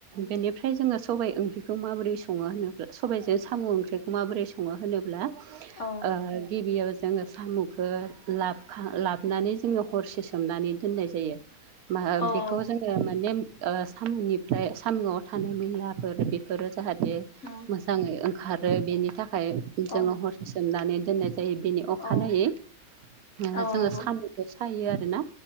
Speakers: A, on the right; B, on the left.
A: बेनिफ्राय जोङो सबबाय ओंख्रिखौ माबोरै सङो होनोब्ला सबाइजों साम ओंख्रि माबोरै सङो होनोब्ला
B: औ
A: ओ गिबियाव जोङो सामखो लाबखा लाबनानै जोङो हरसे सोमनानै दोननाय जायो। माहा
B: औ
A: बेखौ
B: औ
A: जों ओ माने ओ सामनिफ्राय सामिआव थानाय मैलाफोर बेफोरो जाहाथे
B: नंगौ
A: मोजाङै ओंखारो बेनि थाखाय जोङो
B: औ
A: हरसे सोमनानै दोननाय जायो बेनि अखानायै
B: औ
A: नोङो
B: औ
A: जोङो
B: नंगौ
A: सामखो सायो आरोना